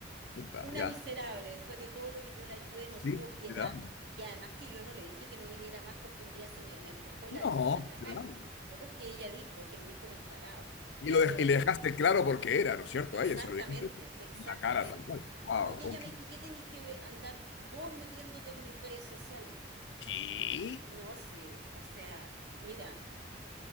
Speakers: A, on the left (about 70°); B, on the right (about 65°).
A: Puta,
B: una
A: ya.
B: miserable, después de todo lo que yo le ayudé,
A: Sí,
B: no tuvo piedad.
A: claro.
B: Y además que yo no le dije que no viniera más porque un día se me, me antojó y
A: No,
B: la dejé botar en la
A: claro.
B: calle. Fue porque ella dijo que mi hijo era un tarao. ¿Y
A: Y,
B: qué
A: lo
B: habría
A: de-
B: hecho
A: y le dejaste
B: tú?
A: claro por qué era, ¿no es cierto?
B: Exactamente,
A: A ella se lo dijiste
B: exactamente.
A: en la cara, tal cual. Wow,
B: No, y ella
A: ok.
B: me dijo, ¿y qué tenés que ve- andar vos metiéndote en mis redes sociales?
A: ¿Qué?
B: No, sí, o sea, mira,